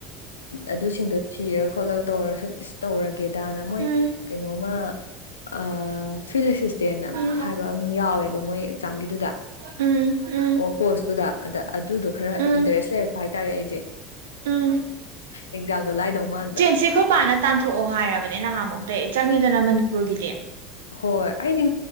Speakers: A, on the left; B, on the right.
A: ꯑꯗꯨꯁꯤꯡꯗꯣ ꯊꯤꯔꯒ ꯈꯣꯠꯂꯒ ꯇꯧꯔꯒ ꯁꯨꯝ ꯇꯧꯔꯒꯦꯗꯥꯅ ꯃꯣꯏ
B: ꯎꯝ
A: ꯀꯩꯅꯣꯃ ꯑꯥ ꯐꯤꯜ ꯑꯦꯁꯤꯁꯇꯦꯟ
B: ꯎꯝ
A: ꯍꯥꯏꯕ ꯑꯃꯝ ꯌꯥꯎꯋꯦꯕ ꯃꯣꯏ ꯑꯦꯛꯖꯥꯝꯒꯤꯗꯨꯗ
B: ꯎꯝ ꯎꯝ
A: ꯑꯣ ꯄꯣꯔꯁꯇꯨꯗ ꯑꯗ ꯑꯗꯨꯗꯣ ꯈꯔ
B: ꯎꯝ
A: ꯏꯟꯇꯔꯦꯁ ꯂꯩꯔ ꯍꯥꯏꯇꯥꯔꯦ ꯑꯩꯁꯦ
B: ꯎꯝ
A: ꯑꯦꯛꯖꯥꯝꯗꯣ ꯂꯥꯏꯗꯧ ꯃꯥꯟꯕ
B: ꯁꯤꯈꯣꯄꯥꯅ ꯇꯥꯟꯊꯣꯛꯑꯣ ꯍꯥꯏꯔꯕꯅꯦ ꯅꯍꯥꯟ ꯃꯨꯛꯇꯩ ꯆꯪꯉꯤꯗꯅ ꯃꯅꯤꯄꯨꯔꯒꯤꯗꯤ
A: ꯍꯣꯏ ꯑꯩꯗꯤ